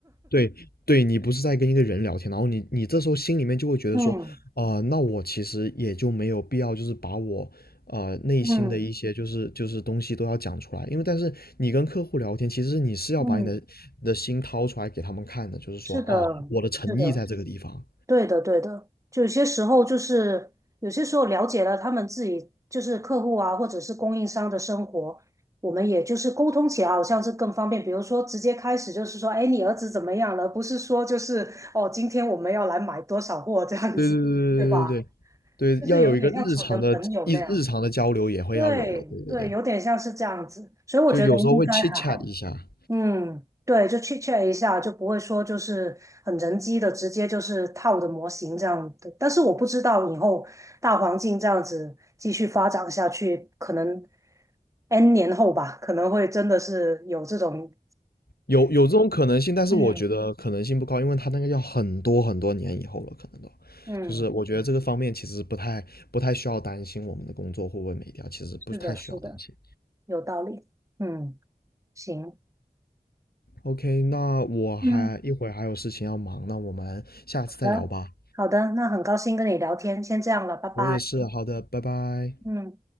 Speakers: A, on the left; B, on the right.
A: 对对，你不是在跟一个人聊天，然后你你这时候心里面就会觉得说，
B: 嗯
A: 啊、那我其实也就没有必要，就是把我呃内心的一些就是就是东西都要讲出来，
B: 嗯
A: 因为但是你跟客户聊天，其实你是要把你的你的心掏出来给他们看的，
B: 嗯，
A: 就是说哦，
B: 是的，
A: 我的诚意在这个地方。
B: 是的。对的，对的，就有些时候就是有些时候了解了他们自己就是客户啊，或者是供应商的生活，我们也就是沟通起来好像是更方便。比如说直接开始就是说，哎，你儿子怎么样了？不是说就是哦，今天我们要来买多少货这样子，
A: 对对对对对对
B: 对吧？就是有点像处成朋友那样。
A: 对，要有一个日常的一日常的交流也会要有的，
B: 对对，
A: 对对对，
B: 有点像是这样子，所以我觉得应该还好。
A: 就有时候会切 h chat 一下，
B: 嗯，对，就 chit chat 一下，就不会说就是很人机的，直接就是套的模型这样的。但是我不知道以后大环境这样子继续发展下去，可能 N 年后吧，可能会真的是有这种，
A: 有有这种可能性，但是我觉得可能性不高，
B: 嗯
A: 因为他那个要很多很多年以后了，可能都。
B: 嗯，
A: 就是我觉得这个方面其实不太不太需要担心我们的工作会不会没掉，其实不太需要担心。
B: 是的，是的，有道理。嗯，行，
A: OK，那我还一会儿还有事情要忙，
B: 嗯，
A: 那我们下次再聊吧。
B: 好的，好的，那很高兴跟你聊天，先这样了，拜拜。
A: 我也是，好的，拜拜。
B: 嗯。